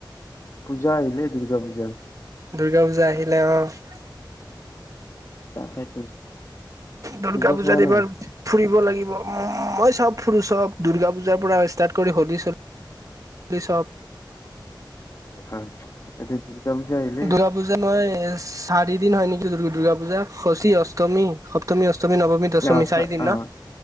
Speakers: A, on the left; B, on the right.
A: পূজা আহিলে দুৰ্গা পূজা।
B: দুৰ্গা পূজা আহিলে অহ।
A: তাকেইতো
B: দুৰ্গা
A: পূজা
B: পূজাত
A: চোৱা
B: এইবাৰ
A: নাই
B: ফুৰিব লাগিব, মই চব ফুৰো চব দুৰ্গা পূজাৰ পৰা ষ্টাৰ্ট কৰি হলি চলি চলি সব।
A: হয় এতিয়া দুৰ্গা পূজা আহিলে
B: দুৰ্গা পূজা নই চাৰি দিন হয় নেকি দুৰ্গা পূজা, খচী, অষ্টমী, সপ্তমী, অষ্টমী, নৱমী দশমী
A: অঁ চা
B: চাৰিদিন
A: অঁ
B: ন